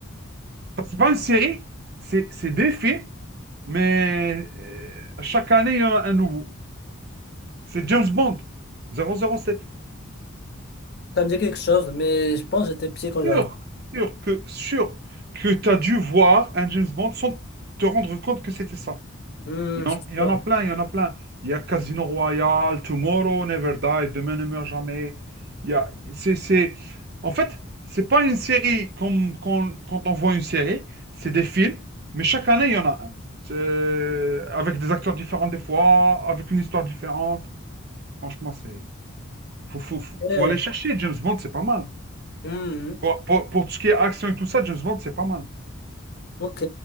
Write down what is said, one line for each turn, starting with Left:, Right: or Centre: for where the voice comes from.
Right: C'est pas une série, c'est c'est des films, mais euh, chaque année, il y en a un nouveau. C'est James Bond, zéro zéro sept.
Left: Ça me dit quelque chose, mais je pense que j'étais pied quand j'arrive.
Right: Sûr, sûr que, sûr que tu as dû voir un James Bond sans te rendre compte que c'était ça.
Left: Hmm,
Right: Il y
Left: c'est
Right: en, il
Left: sûr.
Right: y en a plein, il y en a plein. Il y a Casino Royale, Tomorrow Never Die, Demain ne meurt jamais. Il y a, c'est, c'est... En fait, c'est pas une série comme quand, quand on voit une série, c'est des films, mais chaque année, il y en a un. C'est- Avec des acteurs différents des fois, avec une histoire différente. Franchement, c'est... Faut, faut, faut,
Left: Eh,
Right: faut aller chercher. James Bond, c'est pas mal.
Left: hmm,
Right: Pour, pour, pour tout ce qui est action et tout ça, James Bond, c'est pas mal.
Left: ok,